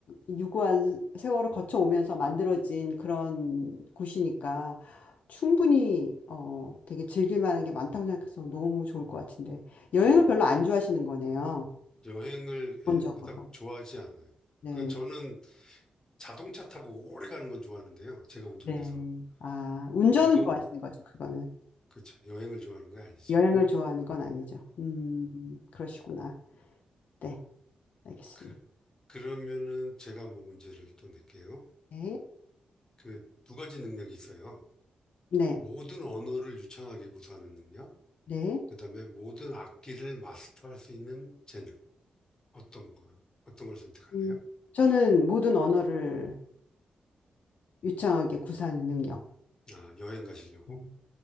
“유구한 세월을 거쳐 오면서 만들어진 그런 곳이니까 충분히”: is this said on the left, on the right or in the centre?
Left